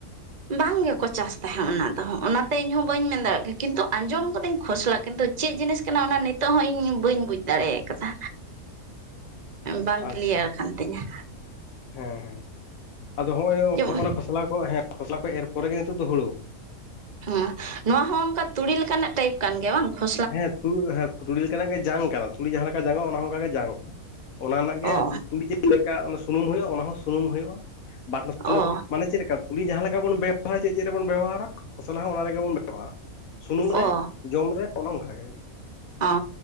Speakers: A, on the right; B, on the left.
A: ᱵᱟᱝ ᱜᱮᱠᱚ ᱪᱟᱥ ᱛᱟᱦᱮᱸᱫ ᱚᱱᱟ ᱫᱚ ᱚᱱᱟᱛᱮ ᱤᱧᱦᱚ ᱵᱟᱹᱧ ᱢᱮᱱ ᱫᱟᱲᱮᱭᱟᱜ ᱜᱮᱭᱟ ᱠᱤᱱᱛᱩ ᱟᱸᱡᱚᱢ ᱠᱟᱹᱫᱟᱧ ᱠᱷᱚᱥᱞᱟ ᱠᱤᱱᱛᱩ ᱪᱮᱫ ᱡᱤᱱᱤᱥ ᱠᱟᱱᱟ ᱚᱱᱟ ᱱᱤᱛᱚᱜ ᱦᱚᱸ ᱤᱧ ᱵᱟᱹᱧ ᱵᱩᱡᱽ ᱫᱟᱲᱮ ᱠᱟᱫᱟ ᱵᱟᱝ
B: ᱟᱪᱪᱷᱟ
A: ᱠᱞᱤᱭᱟᱨ ᱟᱠᱟᱱ ᱛᱤᱧᱟᱹ
B: ᱦᱮᱸ ᱦᱮᱸ ᱟᱫᱚ ᱦᱚᱜᱼᱚᱭ ᱱᱚᱜ
A: ᱡᱮᱢᱚᱱ
B: ᱱᱚᱣᱟ ᱠᱷᱚᱥᱞᱟ ᱠᱚ ᱦᱮᱸ ᱠᱷᱚᱥᱞᱟ ᱠᱚ ᱮᱨ ᱯᱚᱨᱮ ᱜᱮ ᱱᱤᱛᱚᱜ ᱫᱚ ᱦᱩᱲᱩ
A: ᱦᱮᱸ ᱱᱚᱣᱟ ᱦᱚᱸ ᱚᱱᱠᱟ ᱛᱩᱲᱤ ᱞᱮᱠᱟᱱᱟᱜ ᱴᱟᱭᱤᱯ ᱠᱟᱱ ᱜᱮᱭᱟ ᱵᱟᱝ ᱠᱷᱚ
B: ᱦᱮᱸ ᱛᱩᱲ ᱦᱮᱸ ᱛᱩᱲᱤ ᱞᱮᱠᱟᱱᱟᱜ ᱜᱮ ᱡᱟᱝ ᱠᱟᱱᱟ ᱛᱩᱲᱤ ᱡᱟᱦᱟᱸ ᱞᱮᱠᱟ ᱡᱟᱝᱚᱜᱼᱟ ᱚᱱᱟ ᱦᱚᱸ ᱚᱱᱠᱟᱜ ᱜᱮ ᱡᱟᱝᱚᱜᱼᱟ ᱚᱱᱟ ᱨᱮᱱᱟᱜ ᱜᱮ
A: ᱚ
B: ᱛᱩᱤ ᱪ ᱞᱮᱠᱟ ᱥᱩᱱᱩᱢ ᱦᱩᱭᱩᱜᱼᱟ ᱚᱱᱟ ᱦᱚᱸ ᱥᱩᱱᱩᱢ ᱦᱩᱭᱩᱜᱼᱟ ᱵᱟᱴᱱᱟᱩ <unintelligible> ᱞ
A: ᱚ
B: ᱢᱟᱱᱮ ᱪᱮᱫ ᱞᱮᱠᱟ ᱩᱲᱤ ᱡᱟᱦᱟᱸ ᱞᱮᱠᱟ ᱵᱚᱱ ᱵᱮᱵᱚᱦᱟᱨᱟ ᱪᱮᱫ ᱪᱮᱫ ᱨᱮᱵᱚᱱ ᱵᱮᱵᱚᱦᱟᱨᱟ ᱯᱷᱚᱥᱞᱟ ᱦᱚᱸ ᱚᱱᱟ ᱞᱟᱹᱜᱤᱫᱵᱚᱱ ᱵᱮᱵᱚᱦᱟᱨᱟ ᱥᱩᱱᱩᱢ ᱨᱮ
A: ᱚ
B: ᱡᱚᱢ ᱨᱮ ᱚᱱᱮ ᱚᱱᱠᱟ ᱜᱮ
A: ᱚ